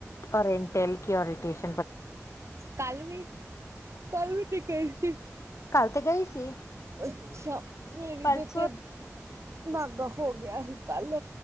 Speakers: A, on the left; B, on the right.
A: ਔਰਿੰਟਿਲ ਕੀ ਔਰਿਟੇਸ਼ਨ
B: ਕੱਲ ਵੀ, ਕੱਲ ਵੀ ਤੇ ਗਈ ਸੀ।
A: ਕੱਲ 'ਤੇ ਗਏ ਸੀ।
B: ਅੱਛਾ ਮੇਰੀ
A: ਪਰਸੋਂ
B: ਦੇ ਤੇ ਨਾਗਾ ਹੋ ਗਿਆ ਸੀ ਕੱਲ,